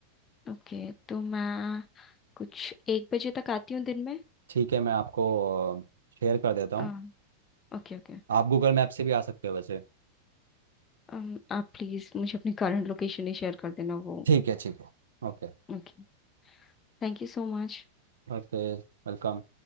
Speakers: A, on the left (about 25°); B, on the right (about 65°).
A: ओके तो मैं कुछ एक बजे तक आती हूँ दिन में
B: ठीक है मैं आपको शेयर कर देता हूँ
A: अ, ओके ओके
B: आप गूगल मैप से भी आ सकते हो वैसे
A: अम, आप प्लीज़ मुझे अपनी करंट लोकेशन ही शेयर कर देना वो
B: ठीक है ठीक है ओके
A: Okay thank you so much
B: Okay welcome